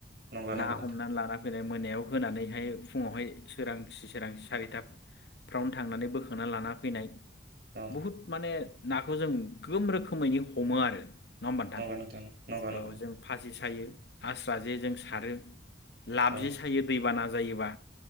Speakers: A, on the right; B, on the left.
A: नंगौ
B: ना
A: नंगौ नोंथां
B: हमनानै लाना फैनाय। मोनायाव होनानैहाय फुङावहाय सोरांसि सोरांसि सारिथाफ्रावनो थांनानै बोखांना लाना फैनाय।
A: अ
B: बहुत माने नाखौ जों गोम रोखोमैनो हमो आरो। नङा होमब नोंथां
A: नंगौ नंगौ
B: औ
A: नंगौ नोंथां
B: जों फासि सायो। हास्रा जे जों सारो। लाबजि
A: अ
B: सायो दैबाना जायोबा।